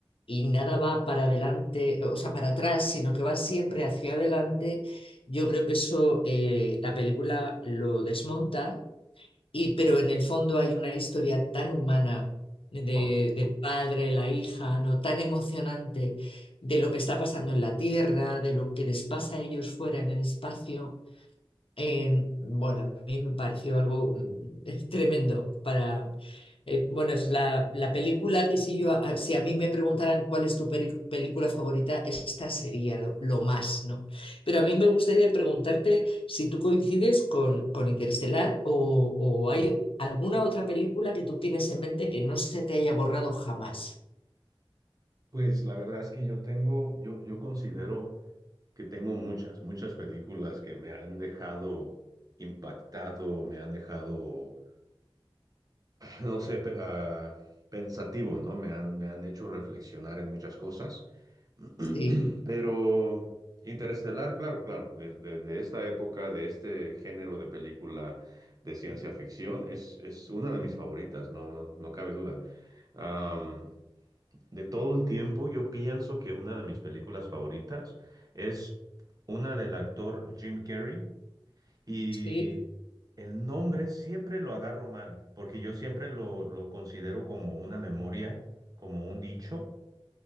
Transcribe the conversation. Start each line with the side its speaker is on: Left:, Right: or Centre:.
Left: y nada va para adelante, o sea, para atrás, sino que va siempre hacia adelante. Yo creo que eso eh, la película lo desmonta y, pero en el fondo hay una historia tan humana de,
Right: Oh,
Left: del padre, la hija, ¿no? Tan emocionante de lo que está pasando en la Tierra, de lo que les pasa a ellos fuera en el espacio. Eh, bueno, a mí me pareció algo mm, <laughs> tremendo para... eh, bueno, es la, la película que si yo, a- si a mí me preguntaran cuál es tu peri- película favorita, esta sería lo, lo más, ¿no? Pero a mí me gustaría preguntarte si tú coincides con, con Interestelar o, o hay alguna otra película que tú tienes en mente que no se te haya borrado jamás.
Right: Pues la verdad es que yo tengo, yo, yo considero que tengo muchas, muchas películas que me han dejado impactado, me han dejado no sé, pe- ah, pensativo, ¿no? Me han, me han hecho reflexionar en muchas cosas. <clears throat>
Left: Sí,
Right: Pero Interestelar, claro, claro, desde de esta época, de este género de película de ciencia ficción, es, es una de mis favoritas, no, no, no cabe duda. Am, de todo el tiempo, yo pienso que una de mis películas favoritas es una del actor Jim Carrey. Y
Left: sí.
Right: el nombre siempre lo agarro mal, porque yo siempre lo, lo considero como una memoria, como un dicho.